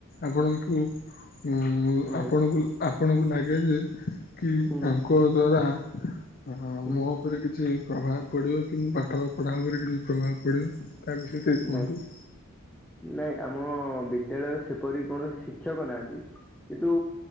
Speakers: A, on the left; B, in the centre.
A: ଆପଣଙ୍କୁ ଉଁ
B: ଧନ୍ୟବାଦ
A: ଆପଣଙ୍କୁ ଆପଣଙ୍କୁ ଲାଗେ ଯେ କି
B: ହୁଁ
A: ତାଙ୍କ ଦ୍ଵାରା ହଁ
B: ହୁଁ
A: ମୋ ଉପରେ କିଛି ପ୍ରଭାବ ପଡିବ କିନ୍ତ ପାଠ ପଢା ଉପରେ କିଛି ପ୍ରଭାବ ପଡିବ। ତା ବିଷୟରେ ଟିକେ କୁହନ୍ତୁ।
B: ନାଇଁ ନାଇଁ ଆମ ବିଦ୍ୟାଳୟରେ ସେପରି କୌଣସି ଶିକ୍ଷକ ନାହାନ୍ତି। କିନ୍ତୁ